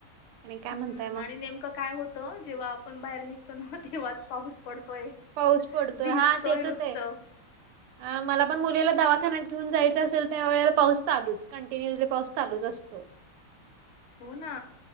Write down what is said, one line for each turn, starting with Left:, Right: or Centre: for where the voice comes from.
Right: आणि काय
Left: हम्म
Right: म्हणताय मग
Left: आणि नेमकं काय होतं जेव्हा आपण बाहेर निघतो ना तेव्हाच पाऊस पडतोय.
Right: पाऊस पडतो.
Left: भिजतोय
Right: हा तेच
Left: नुसतं.
Right: होतंय. हा मला पण मुलीला दवाखान्यात घेऊन जायचं असेल त्या वेळेला पाऊस चालूच कंटिन्युअसली पाऊस चालूच असतो.
Left: हो ना